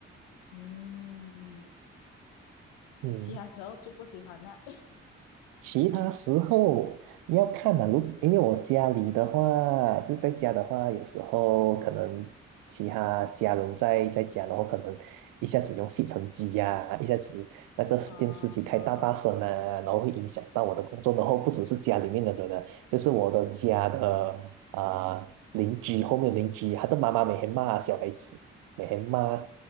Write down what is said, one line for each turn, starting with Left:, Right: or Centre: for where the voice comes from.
Left: 嗯，
Right: 嗯，
Left: 其他时候就不喜欢那
Right: 其他时候要看啊，如因为我家里的话，就是在家的话，有时候可能其他家人在在家，然后可能一下子用吸尘机呀、一下子那个电视机开大大声啊，
Left: 啊 <laughs> 啊
Right: 然后会影响到我的工作。然后不只是家里面的人啊，就是我的家的啊、邻居后面的邻居，他的妈妈每天骂小孩子，每天骂